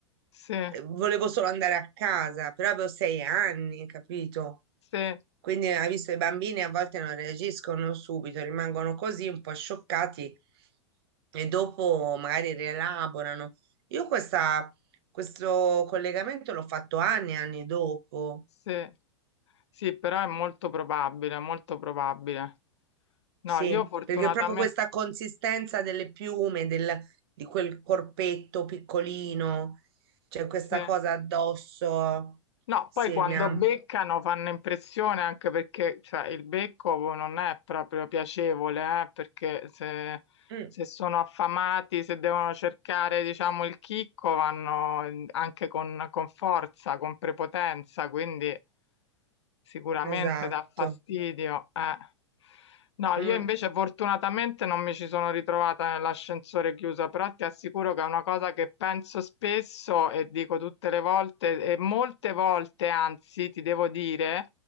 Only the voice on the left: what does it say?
Sì,
sì,
sì, sì, però è molto probabile, molto probabile. No,
io fortunatamente,
sì.
No,
poi quando
beccano fanno impressione anche perché cioè, il becco non è proprio piacevole, eh, perché se,
se sono affamati, se devono cercare, diciamo, il chicco, vanno in- anche con, con forza, con prepotenza, quindi sicuramente
dà fastidio. eh. No,
io invece fortunatamente non mi ci sono ritrovata nell'ascensore chiuso, però ti assicuro che è una cosa che penso spesso e dico tutte le volte, e molte volte, anzi, ti devo dire,